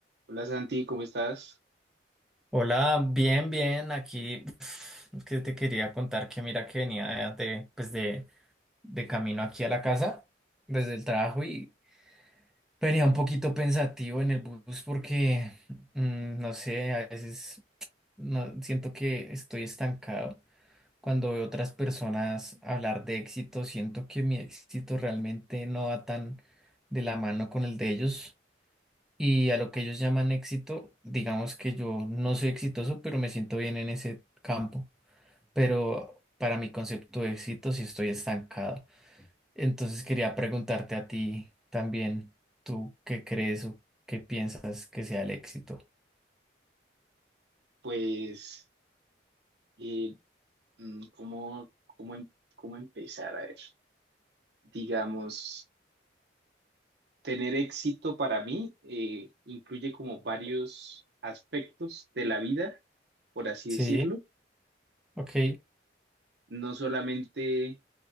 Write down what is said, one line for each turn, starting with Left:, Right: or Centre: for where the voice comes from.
Right: Hola Santi, ¿cómo estás?
Centre: Hola, bien, bien, aquí <sniffs> es que te quería contar que mira que venía de, de, pues de, de camino aquí a la casa, desde el trabajo y venía un poquito pensativo en el bus porque, mm, no sé, a veces no, siento que estoy estancado. Cuando veo otras personas hablar de éxito, siento que mi éxito realmente no va tan de la mano con el de ellos y a lo que ellos llaman éxito, digamos que yo no soy exitoso, pero me siento bien en ese campo. Pero para mi concepto de éxito sí estoy estancado. Entonces quería preguntarte a ti también, ¿tú qué crees o qué piensas que sea el éxito?
Right: Pues, eh, mm, ¿cómo, cómo, em- cómo empezar? A ver, digamos, tener éxito para mí eh, incluye como varios aspectos de la vida, por así
Centre: Sí,
Right: decirlo.
Centre: ok,
Right: No solamente,